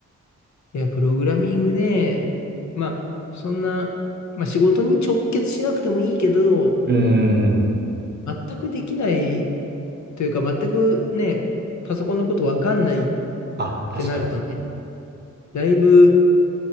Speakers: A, on the left; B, on the right.
A: いや、プログラミングね。まあ、そんな、まあ仕事に直結しなくてもいいけど、
B: う。うんうんうん。
A: 全くできないというか、全くね、パソコンのことわかんないっ
B: あ、確かに。
A: てなるとね、だいぶ、